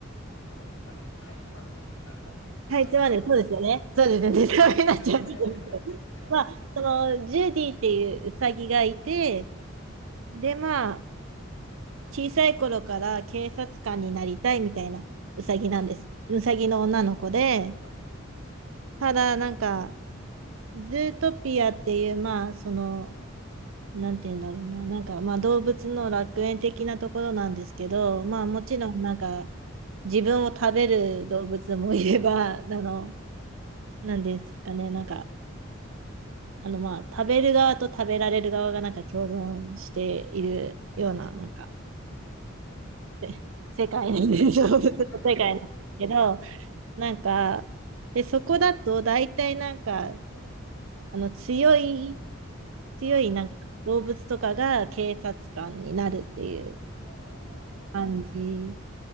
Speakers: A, on the left; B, on the right.
A: ストーリー、あの、かいつまって、あの、ネタバレは、
B: はい、つまんでそうですよね。そうですよね。ネタバレになっちゃうんですけどまあ、
A: ネネタバレはやめてください。や、ネタバレやめてください。
B: その、ジュディっていうウサギがいて、
A: うん。
B: で、まあ、小さい頃から警察官になりたいみたいなうさぎなんです。
A: は
B: うさぎの女の子で、
A: あ、はいはい。
B: ただなんか、ズートピアっていう、まあ、その、なんて言うんだろうな、なんか、まあ、動物の楽園的なところなんですけど、まあ、
A: はい。
B: もちろん、なんか、自分を食べる動物もいれば、<laughs> あの、
A: はい。
B: なんですかね、
A: うん。
B: なんか、あの、まあ、食べる側と食べられる側が、なんか、共存しているような、
A: お
B: なんか、
A: なんか、なんかごめんなさい。
B: せ
A: これ、それ聞くだけでもなんか怖いですけど。
B: 世界なんです、<laughs> 動物の世界なんですけど、
A: <laughs>
B: なんか、で、そこだと大体なんか、
A: うん。うん。
B: あの強い、強いなんか動物とかが警察官になるっていう
A: ああ、
B: 感じ